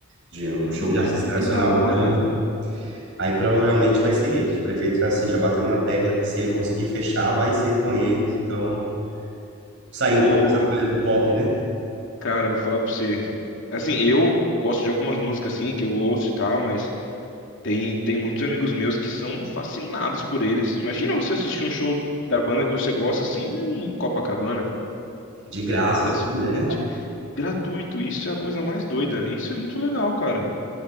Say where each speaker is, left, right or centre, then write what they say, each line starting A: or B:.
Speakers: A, on the right; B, on the left.
A: De um
B: Ah,
A: show de artista nacional
B: que da hora.
A: grande. Aí provavelmente vai ser eles. O prefeito tá assim, já batendo na tecla que se ele conseguir fechar, vai ser com eles. Então, sair
B: Pô,
A: um pouco dessa bolha do pop, né?
B: cara, eu vou falar pra você. Assim, eu gosto de algumas músicas assim que eu ouço e tal, mas tem tem muitos amigos meus que são fascinados por eles. Imagina você assistir um show da banda que você gosta assim, em Copacabana.
A: De graça,
B: Cara,
A: assim,
B: s-
A: né?
B: de- gratuito, isso é a coisa mais doida. né? Isso é muito legal, cara.